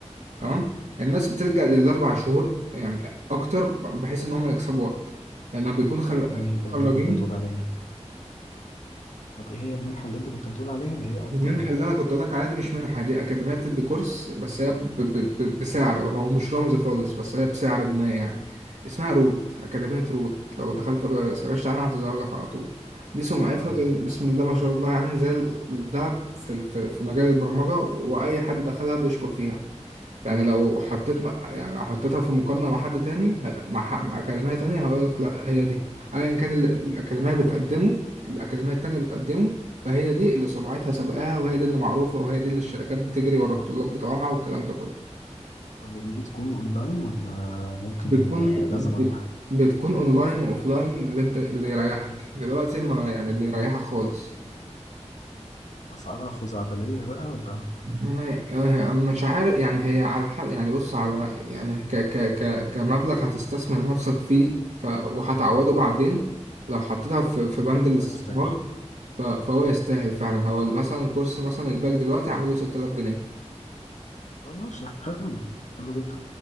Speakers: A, on the right; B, on the left.
A: تمام
B: أه
A: الناس بتلجأ للاربع شهور يعني اكتر بحيث ان هم يكسبوا وقت لانه بيكون خر-
B: طب أنهي
A: متخرجين
B: اللي أنت كنت هتقول عليها؟ طب ايه هي المنحة اللي انت كنت هتقول عليها اللي هي افضل
A: المنحة اللي أنا كنت أقول لك عليها دي مش منحة دي أكاديمية بتدي كورس بس هي ب... ب... ب... بسعر هو مش رمزي خالص بس هي بسعر ما يعني اسمها روت أكاديمية روت لو دخلت بقى سرشت عنها هتظهر لك على طول دي سمعتها
B: تمام
A: زي بسم الله ما شاء الله يعني زي الذهب في... في... في مجال البرمجة وأي حد دخلها بيشكر فيها يعني لو حطيت م- يعني لو حطيتها في مقارنة مع حد تاني ه- مع ح- مع أكاديمية تانية هقول لك لا هي دي أيا كان اللي
B: طب
A: الأكاديمية بتقدمه الأكاديمية التانية بتقدمه فهي دي اللي سمعتها سابقاها وهي دي اللي معروفة وهي دي اللي الشركات بتجري ورا الطلاب بتوعها والكلام ده كله
B: طب ودي بتكون اونلاين ولا ممكن
A: بتكون
B: آه،
A: بت-
B: لازم اروح
A: بتكون أونلاين وأوفلاين اللي أنت اللي يريحك دلوقتي ما يعني اللي يريحك خالص
B: اسعارها خزعبلية بقى ولا
A: ما- آه، مش عارف يعني هي على حق يعني بص على يعني ك ك ك كمبلغ هتستثمر نفسك فيه ف وهتعوضه بعدين لو حطيتها في في بند الاستثمار
B: ولا يستاهل
A: ف فهو يستاهل فعلا هو مثلا كورس مثلا الباك دلوقتي عامله 6000 جنيه
B: طب ماشي حلو حلو جدا